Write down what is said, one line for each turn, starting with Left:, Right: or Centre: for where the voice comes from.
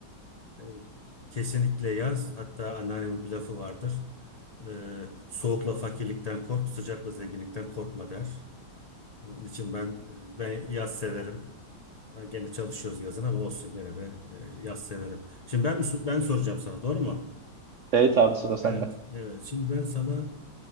Left: Evet. Kesinlikle yaz. Hatta anneannemin bir lafı vardır. Ee, soğukla fakirlikten kork, sıcakla zenginlikten korkma der. Onun için ben e, ben yaz severim. Ha, Gene çalışıyoruz yazın ama olsun gene de e, yaz severim. Şimdi ben mi so- ben soracağım sana doğru mu?
Right: Evet abi sıra sende.
Left: Evet, evet. Şimdi ben sana